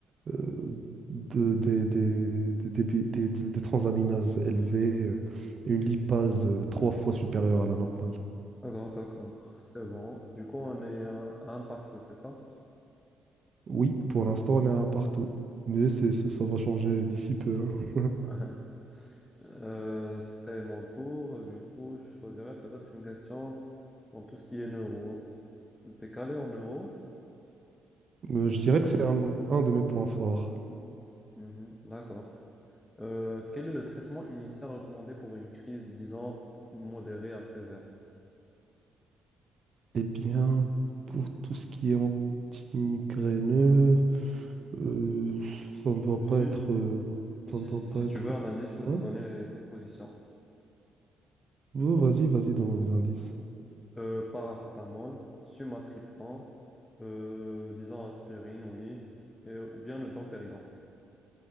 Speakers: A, on the right; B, on the left.
A: euh, de- des, des, des, débi- des- des- des transaminases élevées euh, et une lipase euh, trois fois supérieure à la normale.
B: D'accord, d'accord. C'est bon. Du coup, on est un, un partout, c'est ça?
A: Oui, pour l'instant, on est à un partout, mais c'est- c'est- ça va changer d'ici peu. hein.
B: <laughs> Euh, c'est mon tour. Du coup, je choisirais peut-être une question dans tout ce qui est neuro. T'es calé en neuro?
A: Euh, je dirais que c'est un, un de mes points forts.
B: Mhm, d'accord. Euh, quel est le traitement initial recommandé pour une crise, disons, modérée à sévère?
A: Eh bien, pour tout ce qui est anti-migraineux, Euh, ça ne doit
B: Si,
A: pas être. euh,
B: si,
A: ça ne doit
B: si
A: pas être.
B: tu veux un indice, je peux
A: Ouais.
B: te donner les propositions.
A: Ouais, vas-y, vas-y, donne-moi des indices.
B: Euh, paracétamol, sumatriptan, euh, disons aspirine, oui, et- ou bien le dompéridon.